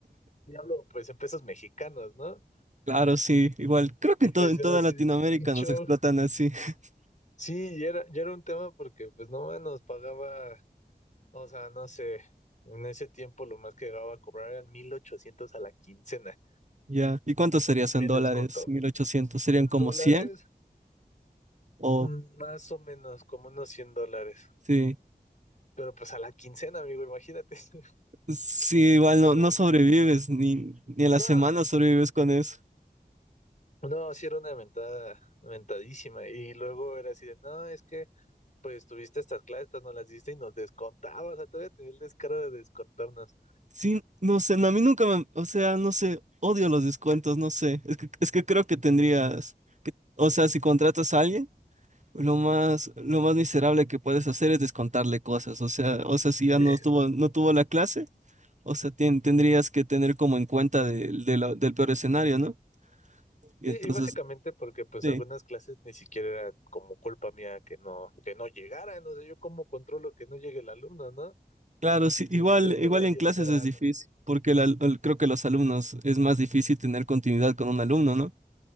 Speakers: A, on the left; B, on the right.
A: y hablo pues en pesos mexicanos, ¿no?
B: Claro, sí, igual. Creo que
A: Y
B: en
A: pues
B: todo, en toda
A: era así
B: Latinoamérica
A: de, "Qué show".
B: nos explotan así. <laughs>
A: Sí, y era, ya era un tema porque pues no más nos pagaba, o sea, no sé, en ese tiempo lo más que llegaba a cobrar eran 1800 a la quincena.
B: Ya. ¿Y cuánto sería
A: Y
B: eso
A: me
B: en dólares?
A: descontó.
B: 1800. ¿Serían
A: En
B: como
A: dólares,
B: cien. O
A: mm, más o menos como unos 100 dólares.
B: sí.
A: Pero pues a la quincena, amigo, imagínate. <laughs>
B: Sí, igual
A: Entonces,
B: no, no sobrevives, ni, ni en la
A: nada,
B: semana sobrevives con eso.
A: No, sí era una mentada, mentadísima. Y luego era así de, no, es que pues tuviste estas clases, estas no las diste y nos descontabas, o sea, todavía tenía el descaro de descontarnos.
B: Sí, no sé, no, a mí nunca me, o sea, no sé, odio los descuentos, no sé. Es que, es que creo que tendrías, o sea, si contratas a alguien. Lo más, lo más miserable que puedes hacer es descontarle cosas. O sea, o sea, si ya
A: Sí.
B: no tuvo, no tuvo la clase, o sea, tien- tendrías que tener como en cuenta del de la- del peor escenario, ¿no? Y
A: Sí,
B: entonces,
A: y básicamente porque pues
B: sí,
A: algunas clases ni siquiera eran como culpa mía que no, que no llegaran, o sea, yo cómo controlo que no llegue el alumno, ¿no?
B: claro, sí,
A: Entonces
B: igual,
A: yo estoy
B: igual
A: ahí
B: en clases
A: esperando.
B: es difícil, porque la- el- creo que los alumnos es más difícil tener continuidad con un alumno, ¿no?